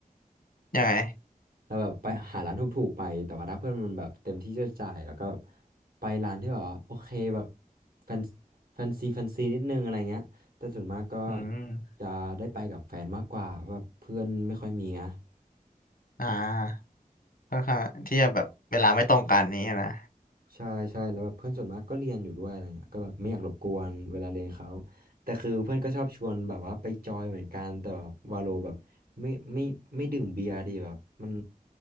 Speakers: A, on the left (about 80°); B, on the right (about 90°).
A: ยังไง
B: เราแบบไปหาร้านถูกๆไปแต่ว่าถ้าเพื่อนมันแบบเต็มที่จะจ่ายแล้วก็ไปร้านที่แบบว่าโอเคแบบแฟนแฟนซีแฟนซีนิดนึงอะไรเงี้ยแต่ส่วนมากก็
A: อืม
B: จะได้ไปกับแฟนมากกว่าเพราะว่าเพื่อนไม่ค่อยมีนะ
A: อ่าค่อนข้างที่จะแบบเวลาไม่ตรงกันนี้นะ
B: ใช่ใช่แล้วแบบเพื่อนส่วนมากก็เรียนอยู่ด้วยอะไรเงี้ยก็แบบไม่อยากรบกวนเวลาเรียนเขาแต่คือเพื่อนก็ชอบชวนแบบว่าไปจอยเหมือนกันแต่แบบวาโลแบบไม่ไม่ไม่ดื่มเบียร์ดีแบบมัน